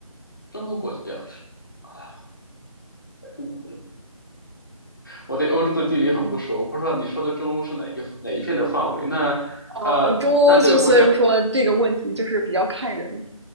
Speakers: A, on the left; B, on the right.
A: 中欧国家啊，太痛苦了。我对欧洲的地理很不熟，不知道你说的中欧是哪一个哪一片的范围。那呃，
B: 呃，中欧就所以说这个问题就是比较看人，
A: 那这个国家